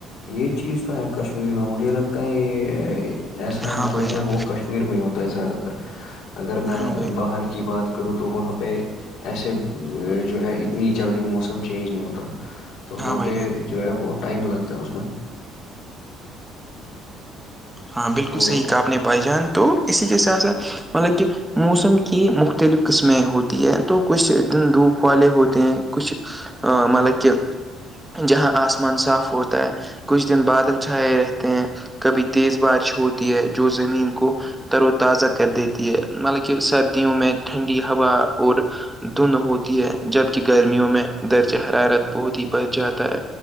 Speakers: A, on the left; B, in the centre.
A: یہ چیز تو ہے کشمیر میں مجھے لگتا ہے یہ ایسا
B: ہاں
A: جو
B: بھائی
A: ہے
B: جان
A: وہ کشمیر میں ہی ہوتا ہے زیادہ تر اگر میں
B: ہاں بھائی
A: باہر کی بات کروں تو وہاں پہ ایسے جو ہے اتنی جلدی موسم چینج نہیں ہوتا تو وہاں
B: ہاں بھائی
A: پہ
B: جان
A: جو ہے وہ ٹائم لگتا ہے اس میں
B: ہاں بالکل
A: تو
B: صحیح کہا آپ نے بھائی جان تو اسی کے ساتھ ساتھ مطلب کہ موسم کی مختلف قسمیں ہوتی ہیں تو کچھ دن دھوپ والے ہوتے ہیں کچھ آ مطلب کہ جہاں آسمان صاف ہوتا ہے کچھ دن بادل چھائے رہتے ہیں کبھی تیز بارش ہوتی ہے جو زمین کو تر و تازہ کر دیتی ہے مطلب کہ سردیوں میں ٹھنڈی ہوا اور دن ہوتی ہے جبک گرمیوں میں درجہ حرارت بہت ہی بڑھ جاتا ہے